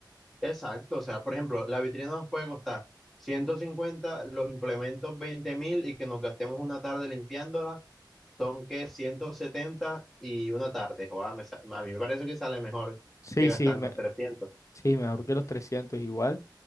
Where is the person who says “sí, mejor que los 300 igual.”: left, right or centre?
Left